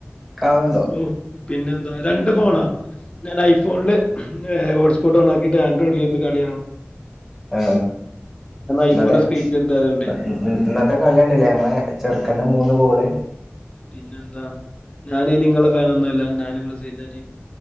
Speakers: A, in the centre; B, on the left.
A: കാണലുണ്ടോ
B: ഉം പിന്നെന്താ രണ്ട് ഫോണാ ഞാൻ ഐഫോണില് ഹോട്ട്സ്പോട്ട് ഓൺ ആക്കിട്ട് ആൻഡ്രോയിഡിൽ ഇരുന്ന് കളികാണും
A: ആ
B: ഐഫോന്റെ
A: ഇന്നത്തെ
B: സ്ക്രീൻ ചെറുതായതുകൊണ്ടേ
A: കളികണ്ടില്ലേ ഞങ്ങളെ ചെറുക്കന്റെ മൂന്ന് ഗോള് <inaudible>
B: പിന്നെന്താ ഞാന് നിങ്ങളെ ഫാൻ ഒന്നുംല്ല ഞാന് ബ്രസീലിന്റെ ടീം